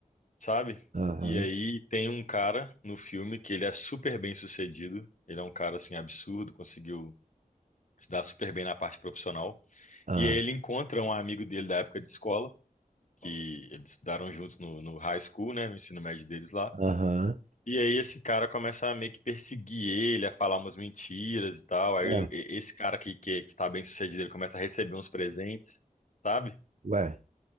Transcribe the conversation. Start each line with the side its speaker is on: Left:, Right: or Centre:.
Left: sabe?
Right: Aham,
Left: E aí tem um cara no filme que ele é super bem sucedido. Ele é um cara, assim, absurdo, conseguiu se dar super bem na parte profissional.
Right: ah,
Left: E aí ele encontra um amigo dele da época de escola, que eles estudaram juntos no, no high school, né, no ensino médio deles lá.
Right: aham.
Left: E aí esse cara começa a meio que perseguir ele, a falar umas mentiras e tal. Aí
Right: Ué,
Left: e- esse cara que, que, que tá bem sucedido, ele começa a receber uns presentes, sabe?
Right: ué,